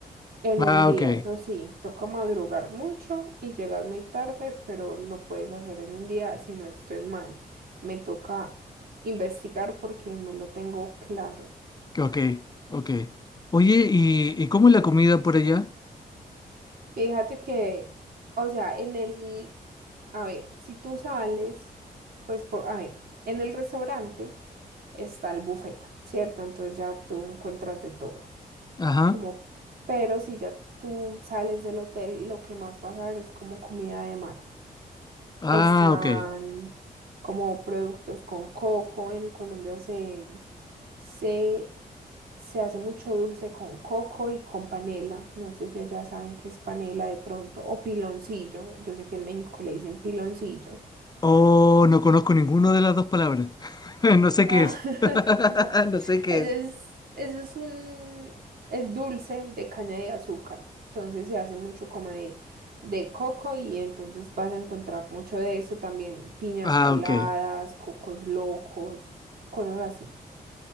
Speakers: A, on the right; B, on the left.
A: en
B: Ah,
A: un día.
B: ok,
A: Eso sí, toca madrugar mucho y llegas muy tarde, pero lo puedes hacer en un día si no estoy mal. Me toca investigar porque no lo tengo claro.
B: ok, ok. Oye, ¿y, y cómo es la comida por allá?
A: Fíjate que, o sea, en el, a ver, si tú sales, pues por, a ver, en el restaurante está el buffet, ¿cierto? Entonces ya tú encuentras de todo.
B: Ajá.
A: como, pero si ya tú sales del hotel, lo que más vas a ver es como comida de mar.
B: Ah,
A: Están
B: ok.
A: como productos con coco. En Colombia se, se, se hace mucho dulce con coco y con panela. No sé si ya saben qué es panela de pronto. O piloncillo. Yo sé que en México le dicen piloncillo.
B: Oh, no conozco ninguna de las dos palabras. <laughs> No sé
A: Ah,
B: qué es.
A: <laughs>
B: <laughs>
A: no,
B: No sé qué
A: eso
B: es.
A: es, eso es un, es dulce de caña de azúcar, entonces se hace mucho como de, de coco y entonces vas a encontrar mucho de eso también, piñas
B: Ah,
A: coladas,
B: ok.
A: cocos locos, cosas así.